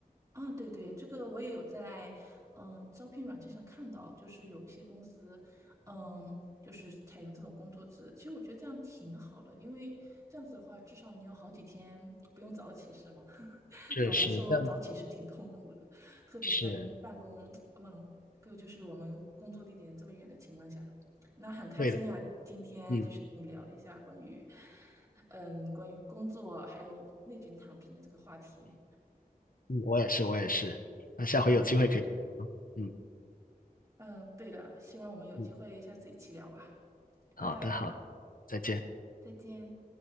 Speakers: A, on the right; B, on the left.
A: 啊，对对，这个我也有在，嗯，招聘软件上看到，就是有一些公司，嗯，就是采用这种工作制。其实我觉得这样挺好的，因为这样子的话，至少你有好几天不用早起，是吗？<laughs>
B: 是是，
A: 对我来说，
B: 这样
A: 早起是挺痛苦的，特别是在工办公，
B: 是
A: 嗯，就就是我们工作地点这么远的情况下，那很开心啊，
B: 对的。
A: 今天就是跟你聊了一下关于，
B: 嗯
A: 嗯，关于工作还有内卷躺平的这个话题，
B: 嗯，我也是，我也是。那下回有机会可以。
A: 好吧？
B: 嗯
A: 嗯，对的，希望我们有机会下次一起聊吧，
B: 嗯，好的好的，
A: 拜拜，
B: 再见。
A: 再见。